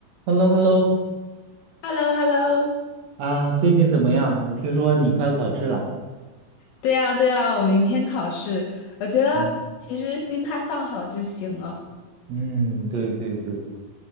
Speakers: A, on the right; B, on the left.
A: h e l l o h e l l o
B: h e l l o h e l l o
A: 啊，最近怎么样？我听说你快要考试了。
B: 对呀，对呀，我明天考试，我觉得其实心态放好就行了。
A: 嗯嗯，对对对，